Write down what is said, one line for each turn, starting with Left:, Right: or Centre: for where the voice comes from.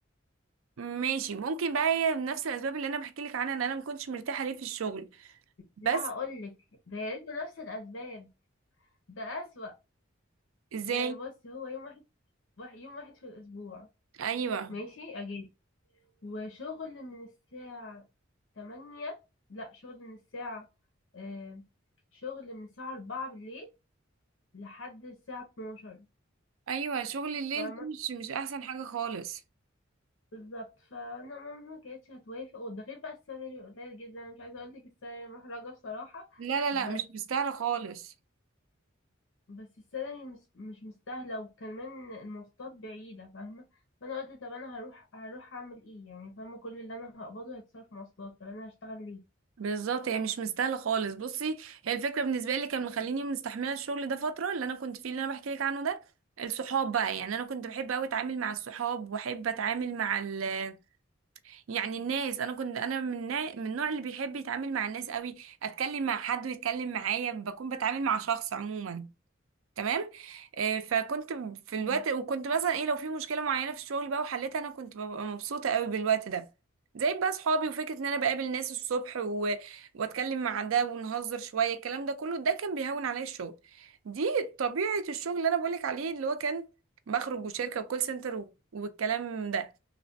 Right: ماشي ممكن بقى هي بنفس الاسباب اللي انا بحكي لك عنها ان انا ما كنتش مرتاحه ليه في الشغل
Left: لا
Right: بس
Left: اقول لك ده يا ريت نفس الاسباب ده اسوأ
Right: ازاي
Left: يعني بص هو يوم واحد واحد- يوم واحد في الاسبوع
Right: ايوه
Left: ماشي اجازه وشغل من الساعه تمانية لا شغل من الساعة آه شغل من الساعة أربعة بالليل لحد الساعة اتناشر
Right: ايوه شغل الليل
Left: فاهمة
Right: ده مش مش احسن حاجه خالص
Left: بالظبط فأنا ماما ما كانتش هتوافق وده غير بقى السالري قليل جدا أنا مش عايزة أقولك السالري محرجة بصراحة
Right: لا لا لا
Left: بس
Right: مش مستاهلة خالص
Left: بس السالري مش مش مستاهلة وكمان المواصلات بعيدة فاهمة فأنا قلت طب أنا هروح هروح أعمل إيه يعني فاهمة كل اللي أنا هقبضه هيتصرف مواصلات طب أنا هشتغل ليه؟
Right: بالظبط هي مش مستاهله خالص بصي هي الفكره بالنسبه لي كان مخليني مستحمله الشغل ده فتره اللي انا كنت فيه اللي انا بحكي لك عنه ده الصحاب بقى يعني انا كنت بحب قوي اتعامل مع الصحاب واحب اتعامل مع ال يعني الناس انا كنت انا من نا- من النوع اللي بيحب يتعامل مع الناس قوي اتكلم مع حد ويتكلم معايا بكون بتعامل مع شخص عموما تمام آه، فكنت في الوقت
Left: مم.
Right: وكنت مثلا ايه لو في مشكله معينه في الشغل بقى وحلتها انا كنت ببقى مبسوطه قوي بالوقت ده زي بقى صحابي وفكره ان انا بقابل ناس الصبح و... واتكلم مع ده ونهزر شويه الكلام ده كله ده كان بيهون عليا الشغل دي طبيعه الشغل اللي انا بقولك عليه اللي هو كان بخرج وشركه وكول سنتر و... والكلام ده